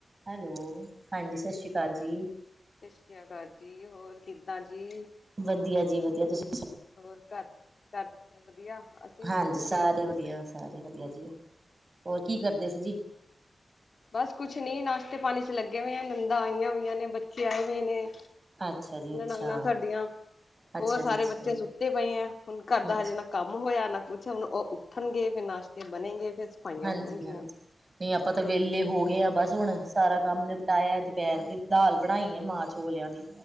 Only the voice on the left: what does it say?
ਸਤਿ ਸ੍ਰੀ ਅਕਾਲ ਜੀ। ਹੋਰ ਕਿੱਦਾਂ ਜੀ?
ਹੋਰ ਘਰ ਘਰ ਸਭ ਵਧੀਆ। ਅਸੀ ਵੀ
ਸਭ
ਵਧੀਆ।
ਬਸ ਕੁਛ ਨੀ ਨਾਸ਼ਤੇ ਪਾਣੀ ਚ ਲੱਗੇ ਹੋਏ ਆਂ। ਨੰਦਾਂ ਆਈਆਂ ਹੋਈਆਂ ਨੇ, ਬੱਚੇ ਆਏ ਹੋਏ ਨੇ।
ਨਨਾਨਾਂ ਸਾਡੀਆਂ।
ਹੋਰ ਸਾਰੇ
ਬੱਚੇ ਸੁੱਤੇ ਪਏ ਐਂ। ਹੁਣ ਘਰ ਦਾ
ਹਜੇ ਨਾ ਕੰਮ ਹੋਇਆ ਨਾ ਕੁਛ। ਹੁਣ ਓ ਉੱਠਨਗੇ ਫੇਰ ਨਾਸ਼ਤੇ ਬਨੇਂਗੇ ਫੇਰ ਸਫਾਈਆਂ
ਹੋਣਗੀਆਂ।